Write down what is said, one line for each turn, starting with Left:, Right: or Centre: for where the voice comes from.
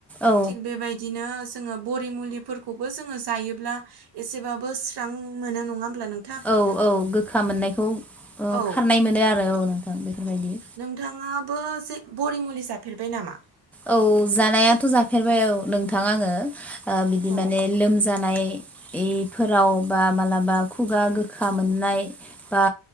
Centre: औ
Right: थिग बेबायदिनो जोंङो बरि मुलिफोरखौ खौबो जोङो जायोब्ला एसेबाबो स्रां मोनो नङा होमब्ला नों
Centre: औ औ गोखा मोननायखौ
Right: औ
Centre: खारनाय मोनो आरो औ नोंथां बेफोरबायदि
Right: नोंथांङाबो जे बरि मुलि जाफेरबाय नामा?
Centre: औ जानायाथ' जाफेरबाय औ नोंथां आङो ओ बिदि
Right: औ
Centre: माने लोमजानायफोराव बा मालाबा खुगा गोखा मोननाय बा